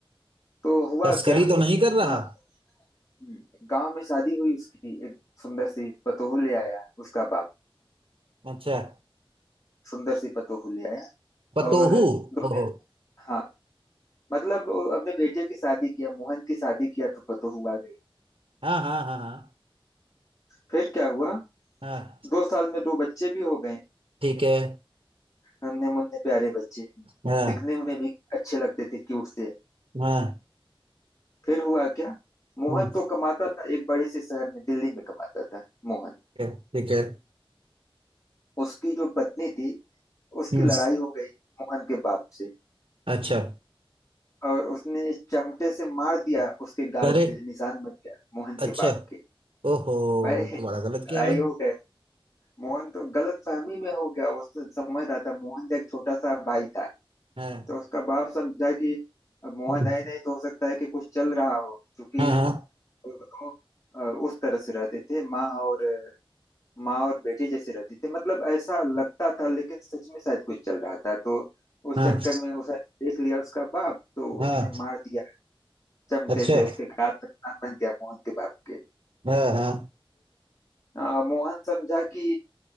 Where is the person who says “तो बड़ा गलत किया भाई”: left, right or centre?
Right